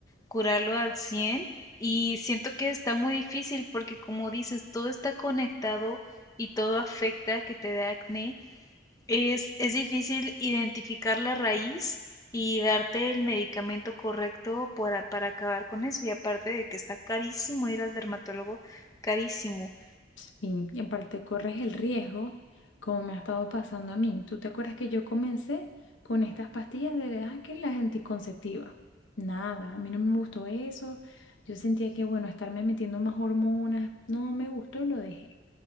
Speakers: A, on the left; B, on the left.
A: curarlo al cien y siento que está muy difícil porque como dices, todo está conectado y todo afecta que te dé acné Es, es difícil identificar la raíz y darte el medicamento correcto para, para acabar con eso. Y aparte de que está carísimo ir al dermatólogo, carísimo.
B: Sí, y aparte corres el riesgo, como me ha estado pasando a mí. ¿Tú te acuerdas que yo comencé con estas pastillas de edad que las anticonceptivas? Nada, a mí no me gustó eso. Yo sentía que, bueno, estarme metiendo más hormonas, no me gustó y lo dejé.